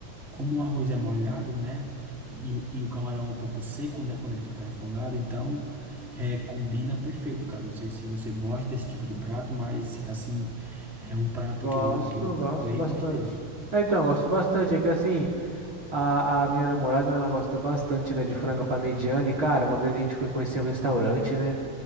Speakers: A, in the centre; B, on the right.
A: como o arroz é molhado, né? E, o- e o camarão é um pouco seco, né? Quando ele fica refogado. Então, é, combina perfeito, cara. Não sei se você gosta desse tipo de prato, mas, assim, é um prato
B: Gosto,
A: que eu, que eu provei
B: gosto bastante.
A: e gostei.
B: Ah, então, gosto bastante, é que assim, A, a minha namorada, né, ela gosta bastante, né, de franga parmegiana. E, cara, uma vez a gente foi conhecer um restaurante, né?